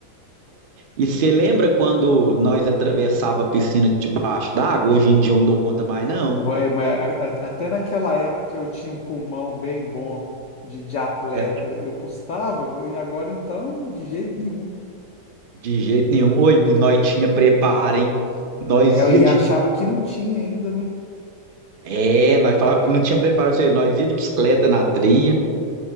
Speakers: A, on the right (about 65°); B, on the left (about 65°).
A: E você lembra quando nós atravessava a piscina debaixo d'água? Hoje em dia eu não dou conta mais, não.
B: Uai, mas a- a- até naquela época que eu tinha um pulmão bem bom de, de atleta,
A: Era tipo,
B: eu custava, go- e agora então, de jeito nenhum.
A: de jeito nenhum. Oi, e nós tinha preparo, hein? Nós
B: É,
A: ia
B: e
A: de.
B: achava que não tinha ainda, né?
A: É, nós falava que não tinha preparo, isso aí. nós ia de bicicleta na trilha,